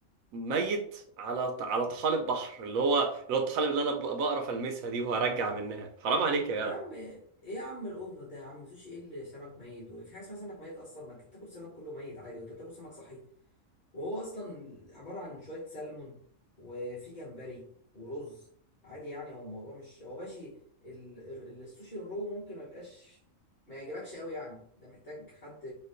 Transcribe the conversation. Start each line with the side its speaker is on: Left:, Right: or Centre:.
Right: ميت على على طحالب بحر اللي هو اللي هو الطحالب اللي انا ب- بقرف المسها دي وهرجع منها حرام عليك
Left: يا
Right: يا جدع
Left: عم ايه يا عم الاوفر ده يا عم سوشي ايه اللي سمك ميت وفي حاجه اسمها سمك ميت اصلا ما انت بتاكل سمك كله ميت عادي وانت بتاكل سمك صحي وهو اصلا عباره عن شويه سلمون وفي جمبري ورز عادي يعني هو الموضوع مش هو ماشي ال... ال- السوشي الرو ممكن ما يبقاش ما يعجبكش قوي يعني ده محتاج حد